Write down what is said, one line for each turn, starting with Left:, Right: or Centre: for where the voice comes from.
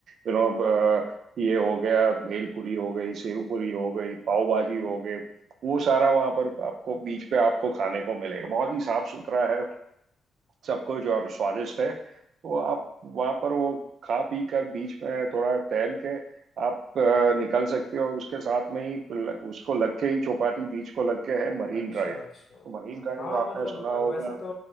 Right: यू नो ये हो गया भेल पूरी हो गई सेव पूरी हो गई पाव भाजी हो गए वो सारा वहां पर आपको बीच पे आपको खाने को मिलेगा बहुत ही साफ सुथरा है सब कुछ और स्वादिष्ट है तो आप वहां पर वो खा पी कर बीच में थोड़ा टहल के आप अ, निकल सकते हो और उसके साथ में ही ल- उसको लग के ही चौपाटी बीच को लग के है मरीन
Left: अच्छा
Right: ड्राइव तो
Left: अच्छा
Right: मरीन ड्राइव
Left: हाँ
Right: आपने
Left: मतलब
Right: सुना
Left: अ,
Right: होगा
Left: वैसे तो